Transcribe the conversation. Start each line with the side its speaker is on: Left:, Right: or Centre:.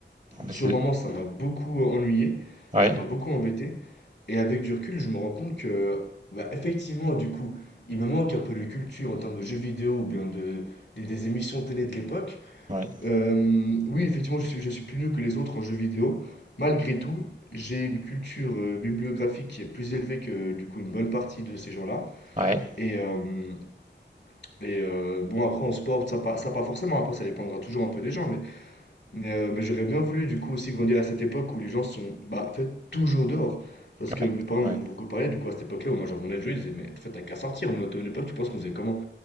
Right: Oh, mais
Left: Sur
Right: c'est-
Left: le moment, ça m'a beaucoup ennuyé,
Right: Ouais.
Left: ça m'a beaucoup embêté. Et avec du recul, je me rends compte que, bah, effectivement, du coup, il me manque un peu de culture en termes de jeux vidéo ou bien de, des, des émissions télé de l'époque.
Right: Ouais.
Left: Euh, oui, effectivement, je suis, je suis plus nul que les autres en jeux vidéo. Malgré tout, j'ai une culture euh, bibliographique qui est plus élevée que du coup une bonne partie de ces gens-là.
Right: Ouais.
Left: Et, euh, et euh, bon, après en sport, ça pas, ça pas forcément, après ça dépendra toujours un peu des gens, mais, mais, euh, mais j'aurais bien voulu du coup aussi grandir à cette époque où les gens sont bah, en fait toujours dehors. Parce que
Right: Ouais.
Left: mes parents m'en
Right: Ouais.
Left: ont beaucoup parlé, du coup à cette époque-là, où moi je demandais de jouer, ils disaient, mais en fait t'as qu'à sortir, nous à une époque, tu penses qu'on faisait comment?